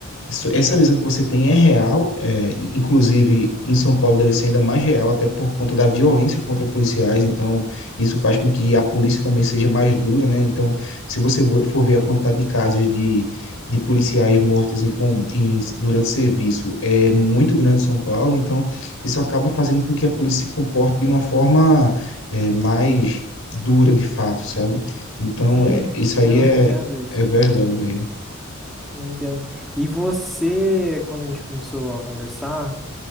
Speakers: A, on the left; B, in the centre.
A: isso- Essa visão que você tem é real, é, inclusive em São Paulo deve ser ainda mais real, até por conta da violência contra policiais, então isso faz com que a polícia também seja mais dura, né? Então, se você vo- for ver a quantidade de casos de, de policiais mortos em, com- em- durante serviço, é muito grande em São Paulo, então isso acaba fazendo com que a polícia se comporte de uma forma, é, mais dura de fato, sabe? Então,
B: Sim,
A: é- isso
B: eu
A: aí é,
B: entendo isso.
A: é verdade mesmo.
B: Eu entendo. E você, quando a gente começou a conversar,